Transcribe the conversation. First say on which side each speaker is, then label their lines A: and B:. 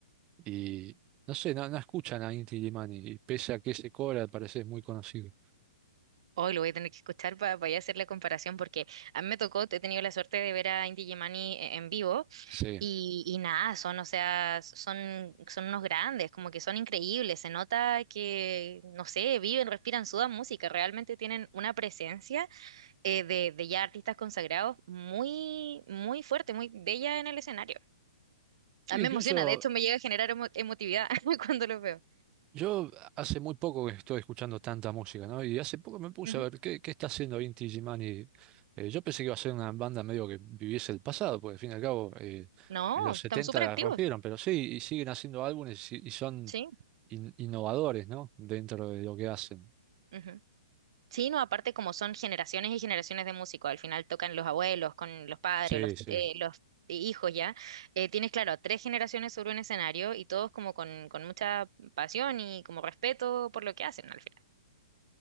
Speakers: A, on the right (about 25°); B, on the right (about 55°).
A: Y no sé, no, no escuchan a Inti Illimani, y pese a que ese cobra al parecer es muy conocido.
B: Hoy lo voy a tener que escuchar para ya hacer la comparación porque a mí me tocó, he tenido la suerte de ver a Inti Illimani e- en vivo
A: Sí.
B: y, y nada, son, o sea, son, son unos grandes, como que son increíbles, se nota que, no sé, viven, respiran, sudan música, realmente tienen una presencia eh, de, de ya artistas consagrados muy, muy fuerte, muy bella en el escenario.
A: Sí,
B: A mí
A: incluso
B: me emociona, de hecho me llega a generar emo- emotividad <laughs> cuando los veo.
A: yo hace muy poco que estoy escuchando tanta música, ¿no? Y hace poco me puse
B: Ujú.
A: a ver qué, qué está haciendo Inti Illimani. Eh, yo pensé que iba a ser una banda medio que viviese el pasado, porque al fin y al cabo eh,
B: No,
A: en los 70
B: estamos súper
A: la
B: activos,
A: rompieron, pero sí, y siguen haciendo álbumes y, y son
B: sí.
A: in- innovadores, ¿no? Dentro de lo que hacen.
B: ujú. Sí, no, aparte como son generaciones y generaciones de músicos, al final tocan los abuelos, con los padres,
A: Sí,
B: los,
A: sí.
B: eh, los hijos ya, eh, tienes claro a tres generaciones sobre un escenario y todos como con, con mucha pasión y como respeto por lo que hacen al final.